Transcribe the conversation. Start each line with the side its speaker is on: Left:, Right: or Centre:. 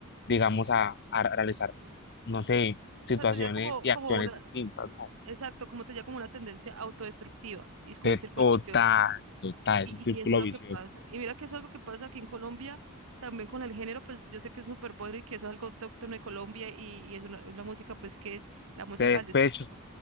Left: digamos, a, a realizar, no sé, situaciones
Right: O sea, tenía como,
Left: y acciones
Right: como una,
Left: distintas, ¿no?
Right: exacto, como tenía como una tendencia autodestructiva, y es como
Left: Que
Right: un círculo
Left: total,
Right: vicioso.
Left: total,
Right: Y,
Left: es un círculo
Right: y eso es lo
Left: vicioso.
Right: que pasa. Y mira que eso es algo que pasa aquí en Colombia, también con el género, pues yo sé que es súper bueno y que eso es algo autóctono de Colombia y, y es una, una música, pues que la música
Left: De despecho,
Right: del despecho.